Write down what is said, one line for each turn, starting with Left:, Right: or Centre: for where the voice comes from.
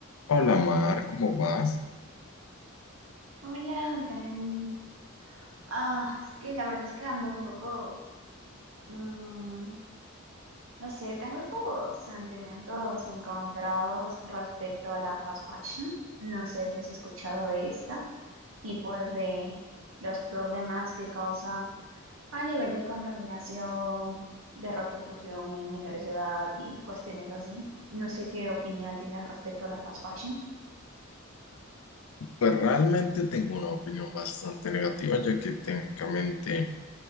Left: Hola Mar, ¿cómo vas?
Right: Hola, Dani. Ah, es que la verdad es que ando un poco, mm, no sé, tengo como sentimientos encontrados respecto a la fast fashion. No sé si has escuchado de esta y pues de los problemas que causa a nivel de contaminación, de repercusión en menores de edad y cuestiones así. No sé qué opinión tienes respecto a la fast fashion.
Left: Pues realmente tengo una opinión bastante negativa, ya que técnicamente